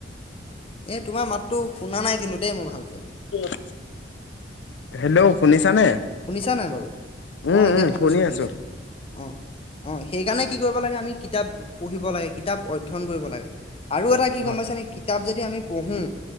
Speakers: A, on the left; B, on the left.
A: এই তোমাৰ মাতটো শুনা নাই কিন্তু দেই মই ভালকে।
B: উম। হেল্ল' শুনিছানে?
A: অ শুনিছা নাই বাৰু
B: উম
A: অ এতিয়া
B: উম
A: শুনিছো
B: শুনি
A: শুনিছো
B: আছোঁ।
A: অ অ সেইকাৰণে কি কৰিব লাগে আমি কিতাপ পঢ়িব লাগে কিতাপ অধ্যয়ন কৰিব লাগে। আৰু এটা কি
B: হয়,
A: গম পাইছেনে কিতাপ যদি আমি পঢ়োঁ